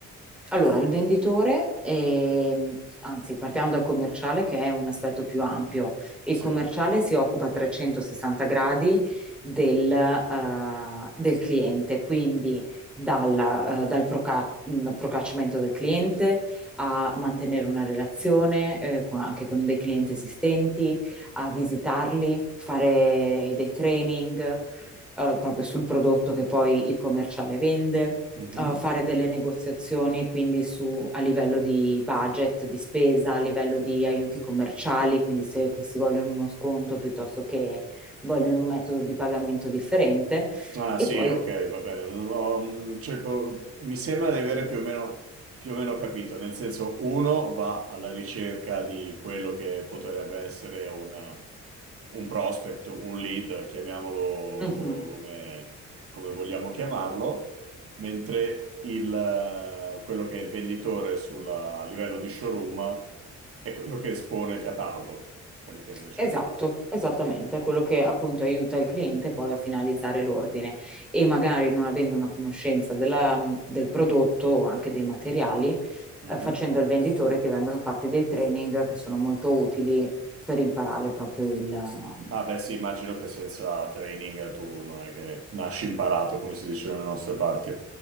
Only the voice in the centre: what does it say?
Allora, il venditore, ehm, anzi, partiamo dal commerciale che è un aspetto più ampio. Il
commerciale si occupa a 360 gradi del, eh, del cliente, quindi dal, eh, dal proca- mh, procacciamento del cliente a mantenere una relazione, eh, con- anche con dei clienti esistenti, a visitarli, fare dei training, eh, proprio sul prodotto che poi il commerciale vende
eh, fare delle negoziazioni quindi su, a livello di budget, di spesa, a livello di aiuti commerciali, quindi se questi vogliono uno sconto piuttosto che vogliono un metodo di pagamento differente.
E
poi,
Certo. Mhm.
Esatto, esattamente, è quello che appunto aiuta il cliente poi a finalizzare l'ordine e magari non avendo una conoscenza della- mhmm, del prodotto o anche dei materiali,
eh, facendo il venditore ti vengono fatti dei training che sono molto utili per imparare proprio il... mhmm,